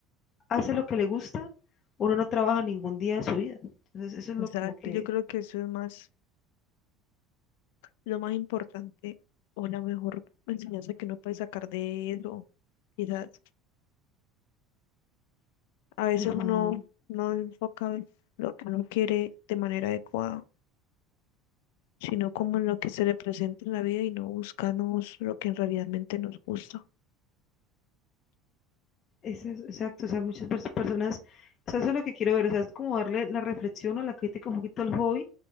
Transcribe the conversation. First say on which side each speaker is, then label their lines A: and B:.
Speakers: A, on the left; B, on the left.
A: hace lo que le gusta, uno no trabaja ningún día de su vida. Entonces, eso es lo
B: Exacto,
A: como que...
B: yo creo que eso es más, lo más importante o la mejor enseñanza que uno puede sacar de eso. Quizás a veces
A: Ajá.
B: uno no enfoca lo que uno quiere de manera adecuada, sino como en lo que se le presenta en la vida y no buscamos lo que realmente nos gusta.
A: Eso es- exacto, o sea, muchas pers- personas, o sea, eso es lo que quiero ver, o sea, es como darle la reflexión o la crítica un poquito al hobby,